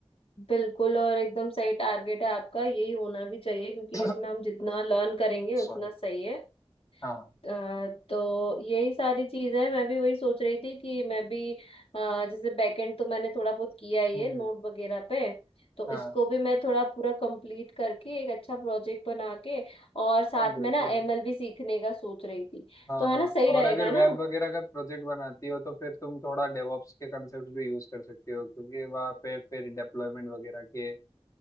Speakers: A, on the left; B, on the left.
A: बिल्कुल और एकदम सही टारगेट है आपका यही होना भी चाहिए क्योंकि
B: <coughs>
A: इसमें हम जितना लर्न करेंगे उतना
B: सॉरी
A: सही है
B: हाँ
A: अ, तो यही सारी चीज है मैं भी वही सोच रही थी कि मैं भी अ, जैसे बैकएंड तो मैंने थोड़ा बहुत किया ही
B: हम्म
A: है नोट वगैरह पे तो
B: हाँ
A: इसको भी मैं थोड़ा पूरा कंप्लीट करके एक अच्छा प्रोजेक्ट बना के और साथ
B: हाँ बिल्कुल
A: में ना एमएल भी सीखने का सोच रही थी
B: हाँ
A: तो है
B: हाँ
A: ना सही रहेगा
B: और अगर वेब
A: ना
B: वगैरह का प्रोजेक्ट बनाती हो तो फिर तुम थोड़ा डेवॉप्स के कंसेप्ट भी यूज कर सकती हो क्योंकि वहाँ पे फिर डेप्लॉयमेंट वगैरह के